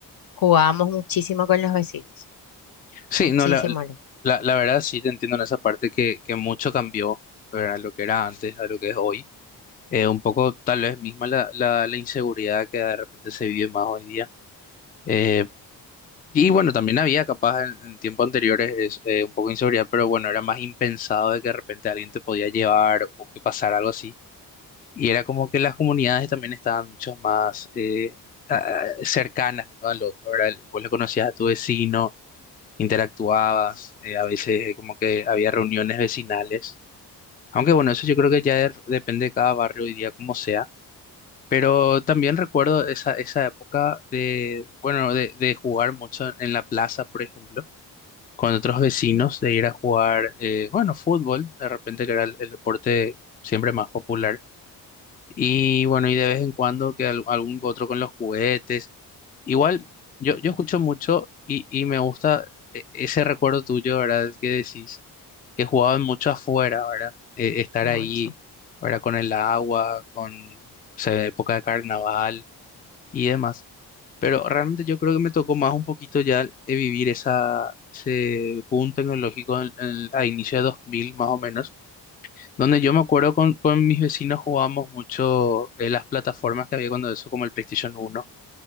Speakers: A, on the left (about 55°); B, on the left (about 20°).
A: Jugábamos muchísimo con los vecinos.
B: Sí,
A: Muchísimo,
B: no, la,
A: lo-
B: la, la verdad sí te entiendo en esa parte que, que mucho cambió, ¿verdad? Lo que era antes a lo que es hoy. Eh, un poco tal vez misma la, la, la inseguridad que de repente se vive más hoy día. Eh, Y bueno, también había capaz en, en tiempos anteriores es, eh, un poco de inseguridad, pero bueno, era más impensado de que de repente alguien te podía llevar o que pasara algo así. Y era como que las comunidades también estaban mucho más eh, a- cercanas uno al otro, ¿verdad? El- Vos le conocías a tu vecino, interactuabas, eh, a veces eh, como que había reuniones vecinales. Aunque bueno, eso yo creo que ya de- depende de cada barrio hoy día como sea. Pero también recuerdo esa, esa época de, bueno, de, de jugar mucho en la plaza, por ejemplo con otros vecinos
A: ujú,
B: de ir a jugar, eh, bueno, fútbol, de repente que era el, el deporte siempre más popular. Y bueno, y de vez en cuando que al- algún otro con los juguetes. Igual, yo, yo escucho mucho y, y me gusta e- ese recuerdo tuyo, ¿verdad? El que decís, que jugaban mucho afuera, ¿verdad? Eh, estar
A: mucho.
B: ahí, ¿verdad? Con el agua, con, o sea, época de carnaval y demás. Pero realmente yo creo que me tocó más un poquito ya eh, vivir esa, ese boom tecnológico en- en- a inicio de 2000 más o menos, donde yo me acuerdo con, con mis vecinos jugábamos mucho eh, las plataformas que había cuando eso, como el PlayStation uno